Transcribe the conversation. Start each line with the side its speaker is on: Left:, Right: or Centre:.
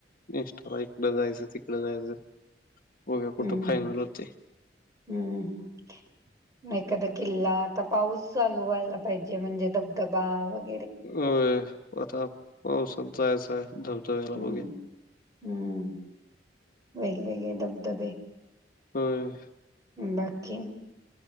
Left: नेक्स्ट कवा इकडं जायचं, तिकड जायचं. बघूया कुठं
Right: हम्म,
Left: फायनल
Right: हम्म.
Left: होते
Right: हम्म, हम्म मग एखाद किल्ला, आता पाऊस चालू व्हायला पाहिजे म्हणजे धबधबा वग
Left: होय. आता पावसात जायच हाय धबधब्याला
Right: हम्म,
Left: बघुया.
Right: हम्म, ‌वेगवेगळे धबधबे.
Left: होय.
Right: बाकी?